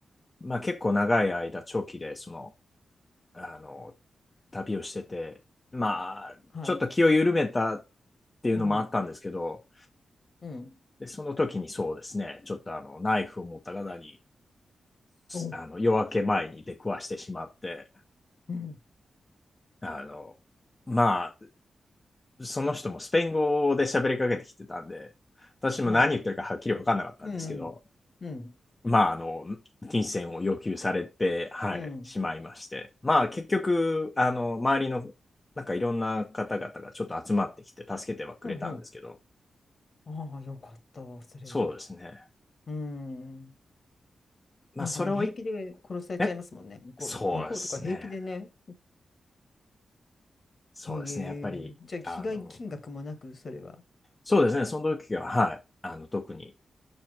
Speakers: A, on the left; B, on the left.
A: まあ、結構長い間、長期でそのあの、旅をしてて、まあ、
B: はい。
A: ちょっと気を緩めたっていうのもあったんですけど、
B: うんうん。うん。
A: でその時にそうですね、ちょっとあの、ナイフを持った方に、
B: お、
A: あの夜明け前に出くわしてしまって、
B: うん。
A: あの、まあ、その人もスペイン語で喋りかけてきてたんで、私も何言ってるかはっきり分かんなかったんですけど、
B: はい。うんうん。うん。
A: まあ、あの、金銭を要求されて、はい、
B: うん。
A: しまいまして、まあ、結局、あの、周りの、なんかいろんな方々がちょっと集まってきて、助けてはくれたんですけど、
B: うん。うん。ああ、よかった、それは。
A: そうですね。
B: うん。
A: まあ、
B: なんかね、
A: それをい、
B: 平気で殺されちゃいますもんね。
A: え、
B: 向こう、
A: そうですね。
B: 向こうとか平気でね。
A: そうですね。
B: へ
A: やっぱり、
B: え。じゃあ、被害金額もなく、
A: あの、
B: それは。
A: そうですね。その時は、はい、あの、特に